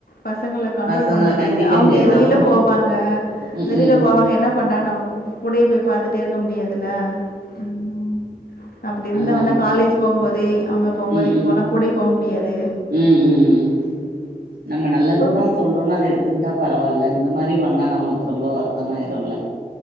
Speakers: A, on the left; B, on the right.
A: பசங்கள கண்ட்ரோல்
B: பசங்கள
A: பண்ண முடியாது
B: கண்டிக்க
A: அவங்க
B: முடியாது
A: எ வெளியில
B: ஆமா
A: போவாங்க
B: ம்
A: வெளியில
B: ம்
A: போவாங்க என்ன பண்றாங் நம்ம கூடயே போய் பாத்துட்டே இருக்க முடியாது தில்ல ம் அப்டி இருந்தா
B: அதனாலதா
A: வந்தா காலேஜு போம்போதே அங்க போகும்போது
B: ம்
A: இங்
B: ம்
A: போலா கூடயே போக் முடியாது
B: ம் <inaudible> நம்ம நல்லதுக்கு
A: பப்
B: தா சொல்றோன் அத எடுத்துக்கிட்டா பரவால்ல இந்த மாரி பண்ணா நம்முளுக் ரொம்போ வருத்தமாயிருல